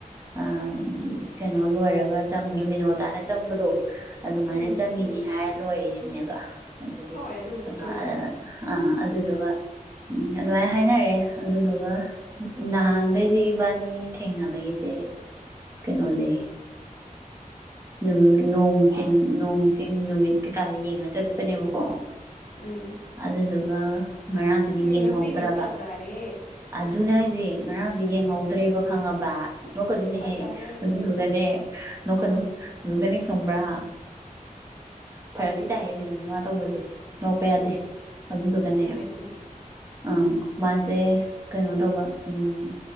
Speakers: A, on the right (about 20°); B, on the left (about 80°).
A: ꯑ
B: ꯎꯝ
A: ꯀꯩꯅꯣ ꯂꯣꯏꯔꯒ ꯆꯪꯕꯗꯣ ꯃꯤꯅꯣꯜ ꯇꯥꯅ ꯆꯪꯕꯗꯣ ꯑꯗꯨꯃꯥꯏꯅ
B: ꯎꯝ
A: ꯆꯪꯉꯤꯅꯤ ꯍꯥꯏꯔꯒ ꯂꯣꯏꯔꯦꯁꯤꯅꯦꯕ ꯑꯗꯒꯤ
B: ꯍꯣꯏ ꯑꯗꯨꯕꯨꯗꯤ
A: ꯑ
B: ꯆꯨꯝꯃꯦ
A: ꯑꯗꯨꯗꯨꯒ ꯎꯝ ꯑꯗꯨꯃꯥꯏꯅ ꯍꯥꯏꯅꯔꯦ ꯑꯗꯨꯗꯨꯒ ꯅꯍꯥꯟꯒꯩꯗꯤ ꯏꯕꯥꯅꯤ ꯊꯦꯡꯅꯕꯒꯤꯁꯦ ꯀꯩꯅꯣꯁꯦ ꯅꯣꯡ ꯆꯤꯡ ꯅꯣꯡ ꯆꯤꯡ ꯅꯨꯃꯤꯠ ꯀꯩꯀꯥꯁꯦ ꯌꯦꯡꯉꯥ ꯆꯠꯄꯅꯦꯕꯀꯣ
B: ꯎꯝ
A: ꯑꯗꯨꯗꯨ ꯒ <unintelligible> ꯉꯔꯥꯡꯁꯤꯅ ꯌꯦꯡꯍꯧꯗ꯭ꯔꯕ
B: ꯉꯁꯤꯗꯤ ꯐꯖꯔꯦ
A: ꯑꯗꯨꯅꯦ ꯍꯥꯏꯁꯦ ꯉꯔꯥꯡꯁꯦ ꯌꯦꯡꯍꯧꯗ꯭ꯔꯦꯕ ꯈꯪꯉꯥꯕ ꯅꯣꯛꯀꯅꯨ ꯅꯥꯍꯦ
B: ꯐꯖꯔꯦ
A: ꯑꯗꯨꯗꯨꯒꯥꯅꯦ ꯅꯣꯛꯀꯥꯅꯨ ꯑꯗꯨꯒꯅꯦ ꯈꯪꯕꯔ ꯐꯔꯛꯇꯤ ꯇꯥꯏꯍꯦ ꯁꯤꯗ ꯃꯤꯋꯥ ꯇꯧꯕꯁꯦ ꯅꯣꯛꯄꯥ ꯌꯥꯗꯦ ꯑꯗꯨ ꯗꯨ ꯒꯥꯅꯦ
B: ꯆꯨꯝꯃꯦ ꯑꯗꯨꯕꯨꯗꯤ
A: ꯑ ꯃꯥꯁꯦ ꯀꯩꯅꯣ ꯇꯧꯕ ꯎꯝ